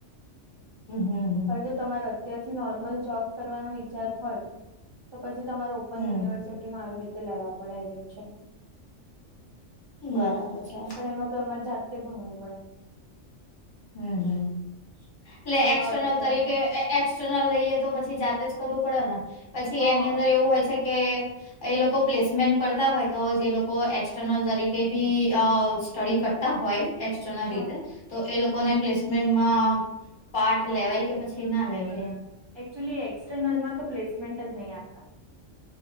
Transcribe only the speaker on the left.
હ, હ.
હમ.
બરાબર છે.
હમ, હમ, એટલે એક્સટર્નલ
તરીકે એક્સર્નલ લઈએ, તો પછી જાતે જ કરવું પડે ને, પછી
એની અંદર એવું હોય છે કે એ લોકો પ્લેસમેન્ટ કરતા હોય, તો જે લોકો એક્સટર્નલ તરીકે બી અ સ્ટડી કરતા હોય. એક્ટનર
રીતે તો એ લોકો ના પ્લેસમેન્ટમાં પાર્ટ લેવાય કે, પછી ના લેવાય એમ.